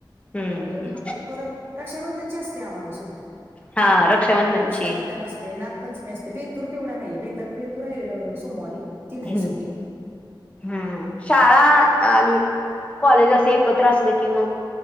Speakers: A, on the left; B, on the right.
A: हम्म
B: त्या दोन आहेत पण परत रक्षाबंधनची असते आम्हाला सुट्टी
A: हा रक्षाबंधनची
B: रक्षाबंधन असते ना पंचमी असते बेंदूर तेवढा नाहीे बेंदूर बेंदूर आहे सोमवारी ती नाही
A: हम्म
B: सुट्टी
A: हम्म शाळा अ नि कॉलेज असं एकत्र असलं की मग